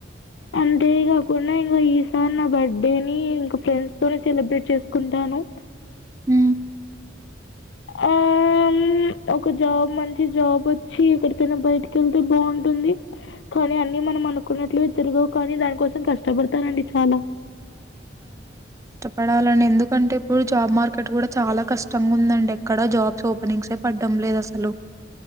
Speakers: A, on the left; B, on the right.
A: అంతే కాకుండా ఇంకా ఈసారి నా బర్డేని ఇంకా ఫ్రెండ్స్ తోనే సెలబ్రేట్ చేసుకుం టాను
B: హు
A: అ ఉమ్ ఒక జాబ్ మంచి జాబ్ వచ్చి ఎక్కడికైనా బయటికి వెళ్తే బావుంటుంది కర్ కాని అన్ని మనం అనుకున్నట్లు జరగవు కానీ దానికోసం కష్టపడతనండి చాలా
B: పడాలండి ఎందుకంటే ఇప్పుడు జాబ్ మార్కెట్ కూడా చాలా కష్టంగా ఉందండి ఎక్కడ జాబ్స్ ఓపనింగ్సే పడ్డం లేదసలు